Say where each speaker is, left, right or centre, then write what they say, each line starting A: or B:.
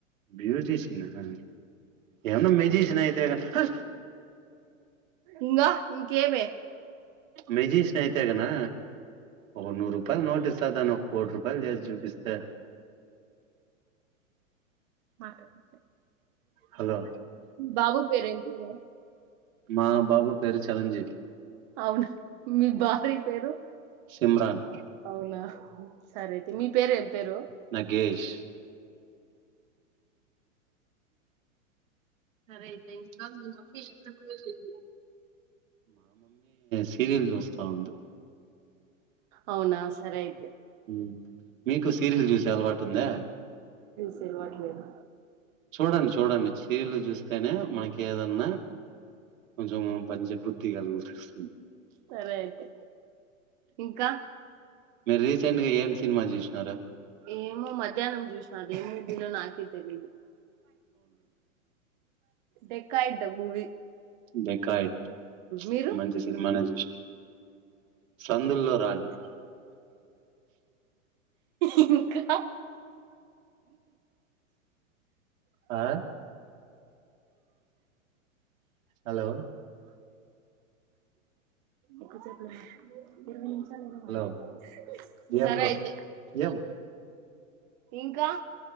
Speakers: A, on the right; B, on the right.
A: బ్యూటిషియన్ ఆ ఏమన్నా మెజిషియన్ అయి తే తట్టుకో
B: ఇంగా ఇంకేమే
A: మెజిషిన్ అయితే గనా ఒక నూరు రూపాయలు నోట్ ఇస్త ఇస్తా దాని ఒక కోటి రూపాయలు చేసి చూపిస్తా
B: మాటాడు
A: హలో
B: బాబు పేరు ఏం పేరు
A: మా బాబు పేరు చిరంజీవి
B: అవునా మీ భార్య పేరు
A: సిమ్రాన్
B: అవునా సరే అయితే మీ పేరు ఏం పేరు
A: నగేష్ సరే అయితే ఇంకా మీ మమ్మీ ఎక్కడికి వెళ్లింది సీరియల్ చూస్తా ఉంది
B: అవునా సరే అయితే
A: హు మీకు సీరియల్ చూసే అలవాటు ఉందా
B: చలవట్లేదు
A: చూడండి చూడండి చి సీరియల్ చూస్తేనే మనకి ఏద అమ్మ కొంచెం పని చెప్పొద్ద తీగలు చూస్
B: సరే అయితే ఇంకా
A: మీరు రీసెంట్గా ఏం సినిమా జూసినారా
B: ఏమో మధ్యాహ్నం చూసినదేమో అది ఏం మూవీ నో నాకే ఏదో తెలియదు డెక్కాయిడ్ మూవీ
A: డికాయిట్
B: మీరు
A: మంచి సినిమానే సందుల్లో రాణి
B: ఇంకా
A: ఆ హలో
B: ఎక్కువసేపలు ఉన్నాయి ఇరవై ని
A: హలో ఏం
B: సరే ఐతే
A: ఏం
B: ఇంకా